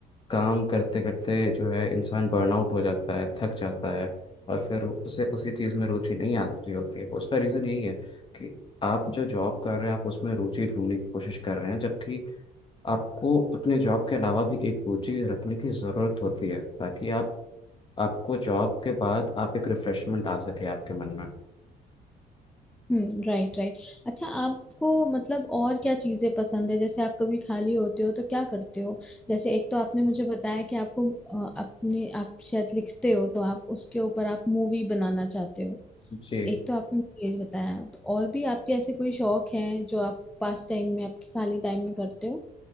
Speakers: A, on the left; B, in the centre.
A: काम करते करते जो है इंसान बर्नआउट हो जाता है थक जाता है और फिर उसे उसी चीज़ में रुचि नहीं आ रही होती है उसका रीज़न यही है कि आप जो जॉब कर रहे हैं आप उसमें रुचि ढूंढने की कोशिश कर रहे हैं जबकि आपको अपने जॉब के अलावा भी एक रुचि रखने की ज़रूरत होती है ताकि आप आपको जॉब के बाद आप एक रिफ्रेशमेंट आ सके आपके मन में
B: हम्म राइट राइट अच्छा आपको मतलब और क्या चीजें पसंद है जैसे आप कभी खाली होते हो तो क्या करते हो जैसे एक तो आपने मुझे बताया कि आपको अ, अपने आप शायद लिखते हो तो आप उसके ऊपर आप मूवी बनाना चाहते हो
A: जी
B: तो एक तो आपने मुझे ये बताया तो और भी आपके ऐसे कोई शौक हैं जो आप पास टाइम में आपके खाली टाइम में करते हो